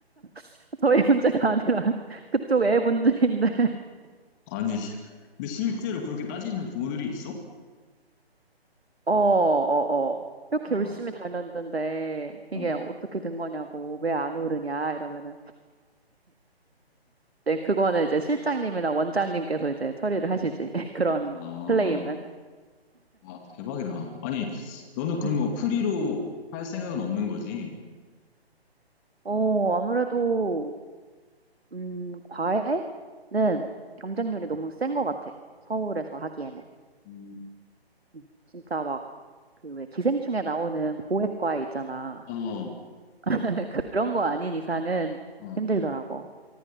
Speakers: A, on the right; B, on the left.
A: <laughs> 저희 문제가 아니라 <laughs> 그쪽 애 문제인데 <laughs>
B: 아니, 시- 근데 실제로 그렇게 따지는 부모들이 있어?
A: 어, 어, 어. 이렇게
B: 아,
A: 열심히 다녔는데
B: 어.
A: 이게 어떻게 된 거냐고 왜 안 오르냐 이러면은 네, 그거는 이제 실장님이나 원장님께서 이제 처리를 하시지 <laughs> 그런
B: 아,
A: 클레임은.
B: 와, 대박이다. 아니, 너는 그럼
A: 음.
B: 뭐 프리로 할 생각은 없는 거지?
A: 어, 아무래도 음, 과외는 경쟁률이 너무 센 것 같아. 서울에서 하기에는.
B: 음,
A: 음, 진짜 막, 그 왜 기생충에 나오는 고액 과외 있잖아.
B: 어,
A: <laughs> 그런 거 아닌 이상은
B: 어,
A: 힘들더라고.